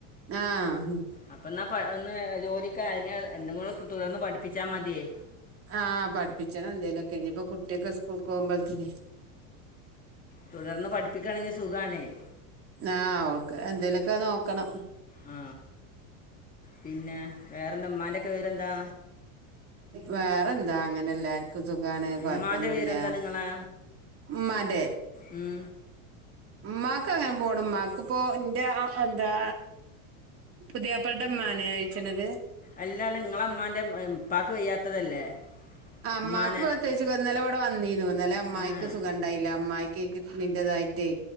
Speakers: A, on the right; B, on the left.
A: ആഹ്
B: അപ്പൊ എന്നാ ഒന്ന് ജോലിക് അയിന് എന്തെങ്കിലും തുടർന്ന് പഠിപ്പിച്ചാ മതിയേ.
A: ആഹ് പഠിപ്പിച്ച ണം എന്തേലുമൊക്കെ ഇനിയിപ്പൊ കുട്ടിയൊക്കെ സ്കൂൾ പോകുമ്പോത്തിനയ്.
B: തുടർന്ന് പഠിപ്പിക്കാണെങ്കിൽ സുഖാണേയ്.
A: ആ ഓവൾക്ക് എന്തേലൊക്കെ നോക്കണം.
B: ആ പിന്നെ വേറെന്താ മ്മാന്റെക്കെ വിവരെന്താ.
A: വേറെ എന്താ അങ്ങനെ എല്ലാർക്കും. ക്കുംസുഖാണ് കൊഴപ്പൊന്നുല്ല
B: ഉമ്മാൻ്റെ വിവരെന്താ നിങ്ങളെ
A: മ്മാന്റെ.
B: ഉം
A: മാക്ക് അങ്ങനെ പോന്നുമാക്ക് ഇപ്പോ ന്റെ ആഎന്താ. പുതിയാപ്പള മ്മാനേ ചോയ്ച്ചണത്.
B: അല്ലാ നിങ്ങള മ്മാന്റെ ഇപ്പാക്ക് വയ്യാത്തതല്ലേ.
A: മ്മാക്ക്
B: ഉമ്മാനെ
A: പ്രത്യേകിച്ച് ന്നല ഇവിടെ വന്നീ നു ന്നലെ ഉമ്മായ്ക്ക്
B: പിന്നെ
A: സുഖ. ണ്ടായില്ല അമ്മായിക് കിട്നിന്റ തായിട്ടേ